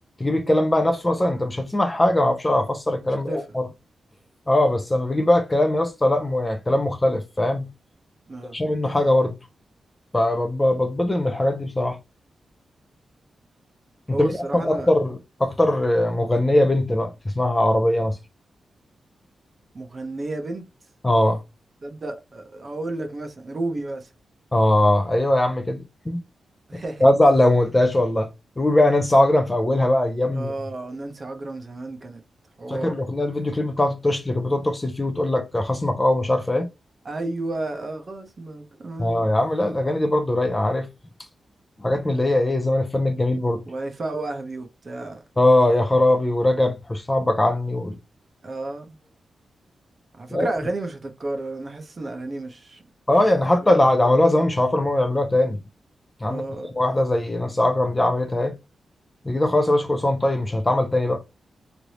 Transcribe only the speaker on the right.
مش هتفهم
آه.
هو
الصراحه
انا
مغنيه بنت
تبدا اقول لك مثلا روبي مثلا
<laughs>
اه نانسي عجرم زمان كانت حوار
ايوه آه، خصمك اه
وهيفاء وهبي وبتاع
اه على فكره
اغاني مش هتتكرر انا حاسس ان اغاني مش
مش هتتكرر
خالص
اه